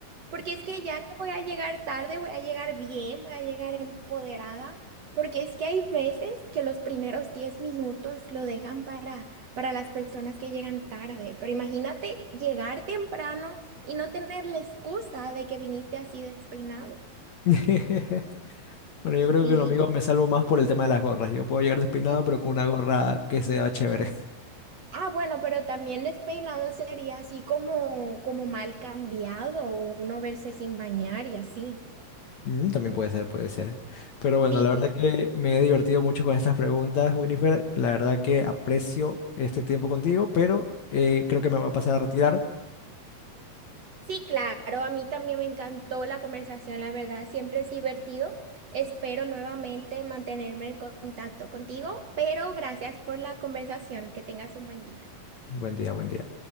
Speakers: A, on the right; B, on the left.
A: porque es que ya que voy a llegar tarde, voy a llegar bien, voy a llegar empoderada, porque es que hay veces que los primeros 10 minutos lo dejan para, para las personas que llegan tarde, pero imagínate llegar temprano y no tener la excusa de que viniste así despeinado.
B: <laughs> Bueno,
A: Sí.
B: yo creo que lo mío me salvo más por el tema de las gorras. Yo puedo llegar despeinado
A: Ujú.
B: pero con una gorra que sea chévere. <laughs>
A: Ah, bueno, pero también despeinado sería así como, como mal cambiado, o uno verse sin bañar y así.
B: Mm, también puede ser, puede ser. Pero bueno,
A: Sí,
B: la verdad que me he divertido mucho con estas preguntas, Winifred. La verdad que aprecio este tiempo contigo, pero eh, creo que me voy a pasar a retirar.
A: Sí, claro, a mí también me encantó la conversación, la verdad, siempre es divertido. Espero nuevamente mantenerme en contacto contigo, pero gracias por la conversación, que tengas un buen día.
B: Buen día, buen día.